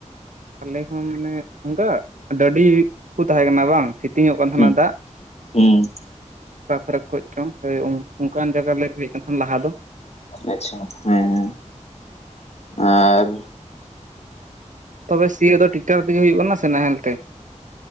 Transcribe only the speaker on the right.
ᱟᱞᱮ ᱦᱚᱸ ᱢᱟᱱᱮ ᱚᱝᱠᱟ ᱰᱟᱹᱰᱤ ᱠᱚ ᱛᱟᱦᱮᱸ ᱠᱟᱱᱟ ᱵᱟᱝ ᱦᱤ ᱛᱤᱧᱚᱜ ᱠᱟᱱ ᱛᱟᱦᱮᱱᱟ
ᱫᱟᱜ᱾
ᱚᱠᱟ ᱠᱷᱚᱨᱚᱠ ᱠᱷᱚᱡ ᱪᱚᱝ ᱦᱳᱭ ᱚᱱᱠᱟᱱ ᱡᱟᱜᱟ <unintelligible> ᱞᱟᱦᱟ ᱫᱚ᱾
ᱛᱚᱵᱮ ᱥᱤᱭᱳᱜ ᱫᱚ ᱴᱤᱠᱴᱟᱨ ᱛᱮᱜᱮ ᱦᱩᱭᱩᱜ ᱠᱟᱱᱟ ᱥᱮ ᱱᱟᱦᱮᱞ? ᱛᱮ?